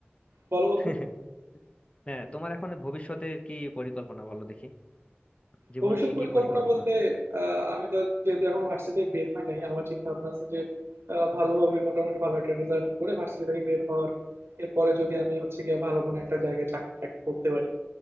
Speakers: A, on the right (about 70°); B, on the left (about 30°).
A: বলো
B: <laughs>
A: বন্ধু
B: হ্যাঁ তোমার এখন ভবিষ্যতের কি পরিকল্পনা বলো দেখি জীবন
A: ভবিষ্যৎ
B: নিয়ে কি
A: পরিকল্পনা
B: পরিকল্পনা
A: বলতে আহ, আমি তো যেহেতু এখনো ভার্সিটি বের হয় নাই আমার চিন্তা ভাবনা আছে যে আহ, ভালোভাবে মোটামুটি ভালো একটা রেজাল্ট করে ভার্সিটি থেকে বের হওয়ার এরপরে যদি আমি হচ্ছে গিয়ে ভালো কোনো একটা জায়গায় চাকরি টাকরি করতে পারি